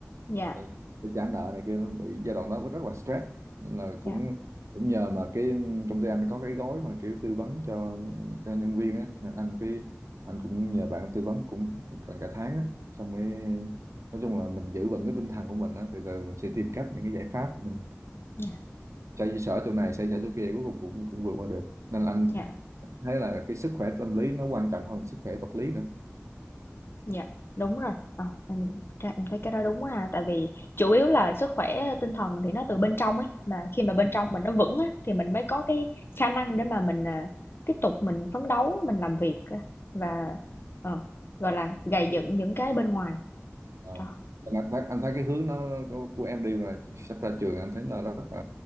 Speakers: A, on the left (about 50°); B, on the right (about 80°).
A: dạ,
B: ờ, để trả nợ này kia nó bị giai đoạn đó có rất là stress nên là cũng
A: dạ,
B: cũng nhờ mà cái công ty anh có cái gói mà kiểu tư vấn cho cho nhân viên á nên anh cái anh cũng nhờ bạn tư vấn cũng gần cả tháng á xong mới nói chung là mình giữ vững cái tinh thần của mình á từ từ mình sẽ tìm cách những cái giải pháp mình
A: dạ,
B: xoay sở chỗ này xoay sở chỗ kia cuối cùng cũng cũng vượt qua được nên là anh
A: dạ,
B: thấy là cái sức khỏe tâm lý nó quan trọng hơn sức khỏe vật lý nữa
A: dạ, đúng rồi. Ờ, em ra em thấy cái đó đúng ha, tại vì chủ yếu là sức khỏe tinh thần thì nó từ bên trong ấy, mà khi mà bên trong mình nó vững á thì mình mới có cái khả năng để mà mình, à, tiếp tục mình phấn đấu, mình làm việc, a, và, ờ, gọi là, gầy dựng những cái bên ngoài.
B: Ờ.
A: Đó.
B: Anh thấy, anh thấy cái hướng nó của, của em đi mà sắp ra trường anh thấy là rất là